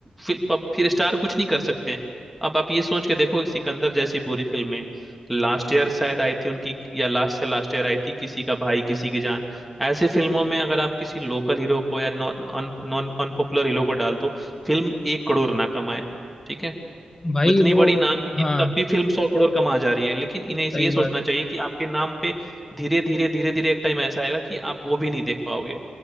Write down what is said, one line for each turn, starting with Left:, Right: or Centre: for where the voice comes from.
Centre: फिर पब- फिर स्टार कुछ नहीं कर सकते अब आप ये सोच के देखो एक सिकंदर जैसी बुरी फिल्म है लास्ट ईयर शायद आई थी उनकी या लास्ट से लास्ट ईयर आई थी किसी का भाई किसी की जान ऐसे फिल्मों में अगर आप किसी लोकल हीरो को या नॉन नॉन अनपॉपुलर हीरो को डाल दो फिल्म एक करोड़ ना कमाए ठीक है
Left: भाई
Centre: इतनी
Left: वो
Centre: बड़ी नाम है कि
Left: हाँ
Centre: तब भी फिल्म सौ करोड़ कमा जा रही है लेकिन इन्हें इस-
Left: सही
Centre: ये सोचना
Left: बात
Centre: चाहिए कि आपके नाम पे धीरे धीरे धीरे धीरे एक टाइम ऐसा आएगा कि आप वो भी नहीं देख पाओगे